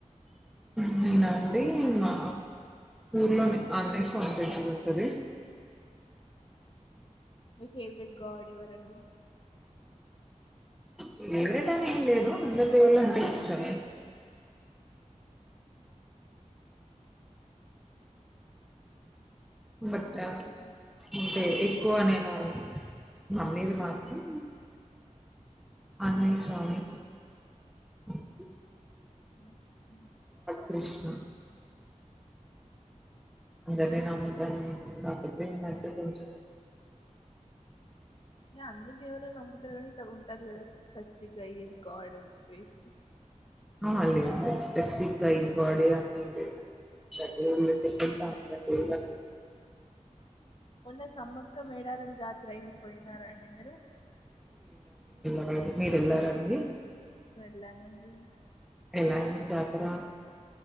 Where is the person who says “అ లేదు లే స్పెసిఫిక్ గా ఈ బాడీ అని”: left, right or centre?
Centre